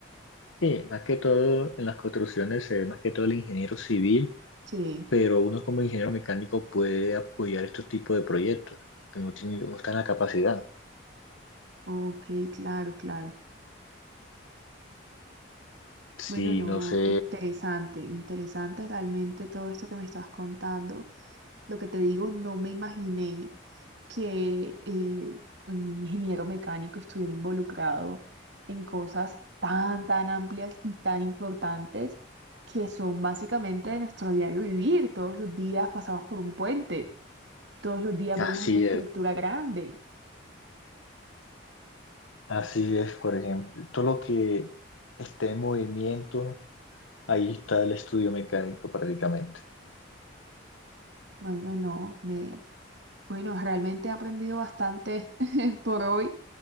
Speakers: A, on the left (about 80°); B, on the right (about 60°).
A: Sí, más que todo en las construcciones se ve más que todo el ingeniero civil,
B: Sí,
A: pero uno como ingeniero mecánico puede apoyar estos tipos de proyectos, porque no tiene, no está en la capacidad.
B: ok, claro, claro. Bueno,
A: Sí,
B: no,
A: no sé
B: interesante, interesante realmente todo esto que me estás contando. Lo que te digo, no me imaginé que eh, un ingeniero mecánico estuviera involucrado en cosas tan, tan amplias y tan importantes que son básicamente de nuestro diario vivir. Todos los días pasamos por un puente, todos los días
A: Así
B: vemos una estructura
A: es,
B: grande.
A: así es, por ejemplo, todo lo que esté en movimiento, ahí está el estudio mecánico prácticamente.
B: Bueno, no, me, bueno, realmente he aprendido bastante <laughs> por hoy.